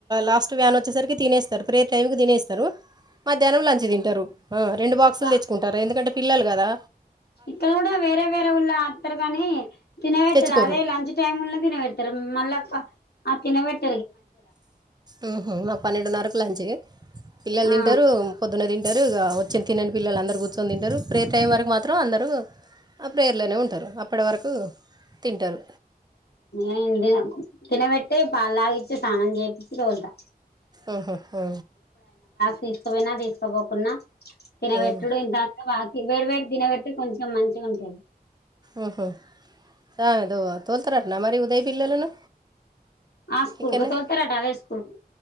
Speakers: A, on the right (about 25°); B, on the left (about 85°).
A: లాస్ట్ ప్యాన్ వచ్చేసరికి తినేస్తారు, ప్రేర్ టైంకి తినేస్తారు. మధ్యానం లంచ్ తింటారు. రెండు బాక్సులు
B: ఆ
A: తెచ్చుకుంటారు ఎందుకంటే పిల్లలు గదా.
B: ఇక్కడ కూడా వేరే వేరే ఊళ్ళ ఆతారు గాని తినవెట్టారు,
A: తెచ్చుకోరు
B: అదే లంచ్ టైంలోనే తినవెడతారు. మళ్ళా ఫా ఆ తినవెట్
A: ఉహుహ్ మా పన్నెండున్నరకు లంచి. పిల్లలు తింటారు
B: ఆ
A: పొద్దున్న ది యరుగా వచ్చిన్ తినని పిల్లలు అందరూ కూర్చొని తింటారు. ప్రేర్ టైం వరకు మాత్రం అందరూ ఆ ప్రేర్లోనే ఉంటారు. అప్పటి వరకు తింటారు.
B: ఏందే తినవెట్టే పాలతాగిచ్చి స్నానం చేయిచ్చి తోలుతా.
A: ఉహుహ్ హు
B: తీస్కావేయినా దిష్కబోకున్న తినవెట్టుడు
A: ఉహు.
B: దాకా రన్ వేడి వేడి దీన్నావేడితే కొంచెం మంచిగుంటది.
A: ఉహుహ్ సా దో తొల్తారంట మరి ఉదేయ్ పిల్లలును
B: ఆ స్కూల్
A: ఇక్కనే
B: కు తోలుతారట అదే స్కూల్ కు